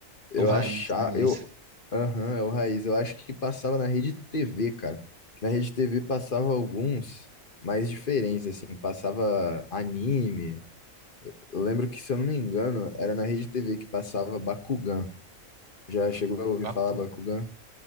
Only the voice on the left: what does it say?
Eu
achava,
eu, aham, é o Raiz, eu acho que passava na Rede TV, cara. Que na Rede TV passava alguns mais diferentes, assim, passava anime. Eu lembro que, se eu não me engano, era na Rede TV que passava Bakugan. Já chegou a ouvir
falar
Bakugan?